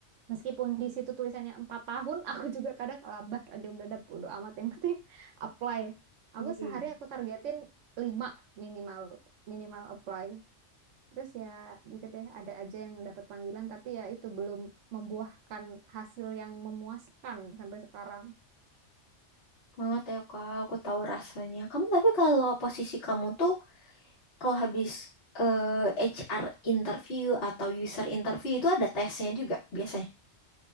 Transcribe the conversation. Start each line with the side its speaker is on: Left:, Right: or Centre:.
Right: meskipun di situ tulisannya empat tahun, <laughs> aku juga kadang labas aja udah ada bodo amat yang penting <laughs> apply. Aku
Left: <laughs>
Right: sehari aku targetin lima minimal minimal apply. Terus ya gitu deh, ada aja yang dapat panggilan tapi ya itu belum membuahkan hasil yang memuaskan sampai sekarang.
Left: banget ya kak, aku tahu rasanya. Kamu tapi kalau posisi kamu tuh kalau habis eh, HR interview atau user interview itu ada tesnya juga biasanya.